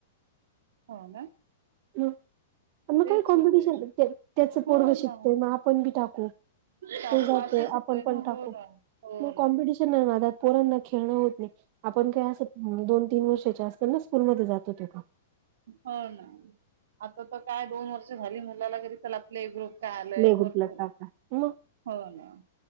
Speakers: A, on the right; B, on the right.
A: हो ना?
B: ह, मग
A: तेच
B: काय कॉम्पिटिशन.
A: होतंय.
B: त्याचं
A: हो
B: पोरग शिकतय,
A: ना.
B: मग आपण बी टाकू.
A: चाकू
B: तो जातोय.
A: असंच होतंय
B: आपण पण
A: ना.
B: टाकू.
A: हो ना. हो
B: ना पोरांना खेळणं होत नाही. आपण काही अस दोन तीन वर्षाचे असतानाच - स्कुलमध्ये जात होतो का?
A: हो ना. आता तर काय दोन वर्ष झाली मुलाला, घरी <unintelligible> प्ले ग्रुप काय आलंय.
B: प्ले ग्रुपला
A: भरपूर.
B: टाका मग
A: हो ना.